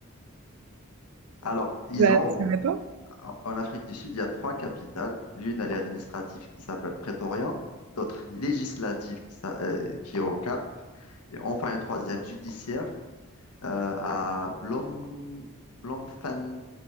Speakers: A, on the left; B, on the right.
A: Alors, ils
B: Bah,
A: ont
B: ça dépend.
A: En en Afrique du Sud, il y a trois capitales. L'une, elle est administrative qui s'appelle Pretoria, d'autres législative qui, s'a- euh, qui est au Cap, et enfin une troisième judiciaire euh, à Blom, Bloemfontein,